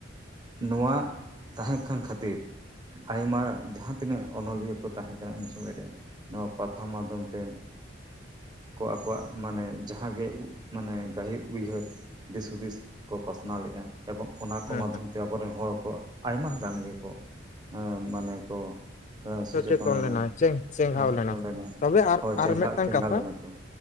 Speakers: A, on the right (about 20°); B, on the left (about 40°).
A: ᱱᱚᱣᱟ ᱛᱟᱦᱮᱸ ᱠᱟᱱ ᱠᱷᱟᱹᱛᱤᱨ ᱟᱭᱢᱟ ᱡᱟᱦᱟᱸ ᱛᱤᱱᱟᱹᱜ ᱚᱱᱚᱞᱤᱭᱟᱹ ᱠᱚ ᱛᱟᱦᱮᱸ ᱠᱟᱱᱟ ᱩᱱ ᱥᱚᱢᱚᱭ ᱨᱮ ᱱᱚᱣᱟ ᱯᱟᱛᱷᱟ ᱢᱟᱫᱽᱫᱷᱚᱢ ᱛᱮ, ᱠᱚ ᱟᱠᱚᱣᱟᱜ ᱢᱟᱱᱮ ᱡᱟᱦᱟᱸᱜᱮ ᱢᱟᱱᱮ ᱜᱟᱹᱦᱤᱨ ᱩᱭᱦᱟᱹᱨ ᱫᱤᱥ ᱦᱩᱫᱤᱥ ᱠᱚ ᱯᱟᱥᱱᱟᱣ ᱞᱮᱜᱼᱟ᱾ ᱮᱵᱚᱝ ᱚᱱᱟ
B: ᱦᱩᱸ
A: ᱠᱚ ᱢᱟᱫᱽᱫᱷᱚᱢ
B: ᱦᱩᱸ
A: ᱛᱮ ᱟᱵᱚᱨᱮᱱ ᱦᱚᱲ ᱠᱚ ᱟᱭᱢᱟ ᱜᱟᱱ ᱜᱮᱠᱚ ᱢᱟᱱᱮ ᱠᱚ ᱥᱚᱪᱮᱛᱚᱱ
B: ᱥᱮᱪᱮᱛᱚᱱ
A: ᱞᱮᱱᱟ
B: ᱞᱮᱱᱟᱭ ᱪᱮᱸᱜᱷᱟᱣ
A: ᱥᱚᱪᱮᱛᱚᱱ
B: ᱞᱮᱱᱟᱭ
A: ᱞᱮᱱᱟ
B: ᱛᱚᱵᱮ ᱟᱨ
A: ᱦᱳᱭ
B: ᱟᱨ
A: ᱪᱮᱸᱜᱷᱟ
B: ᱢᱤᱫᱴᱟᱝ
A: ᱪᱮᱸᱜᱷᱟ
B: ᱠᱟᱛᱷᱟ
A: ᱞᱮᱱᱟ ᱠᱚ